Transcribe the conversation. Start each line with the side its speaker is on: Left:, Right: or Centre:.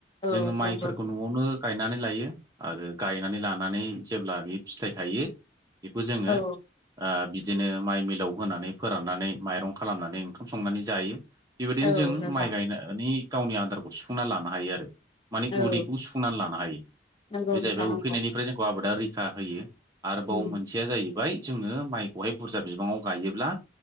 Left: औ
Right: जोङो माइफोरखौ
Left: नंगौ
Right: न'आवनो गायनानै लायो आरो गायनानै लानानै जेब्ला बे फिथाइ थायो बेखौ जोङो
Left: औ
Right: बिदिनो माइ मिलाव होनानै फोराननानै माइरं खालामनानै ओं खाम संनानै जायो बेबायदिनो
Left: औ
Right: जों
Left: नोंथां
Right: माइ गायनानै गावनि आदारखौ सुफुंना लानो हायो आरो माने
Left: औ
Right: उदैखौ सुफुंनानै लानो हायो
Left: नंगौ
Right: बे जाहैबाय
Left: नोंथां नंगौ
Right: उखैनायनिफ्राय जोंखौ आबादा रैखा होयो आरोबाव
Left: उम
Right: मोनसेया जाहैबाय जोङो माइखौहाय बुरजा बिबाङाव गायोब्ला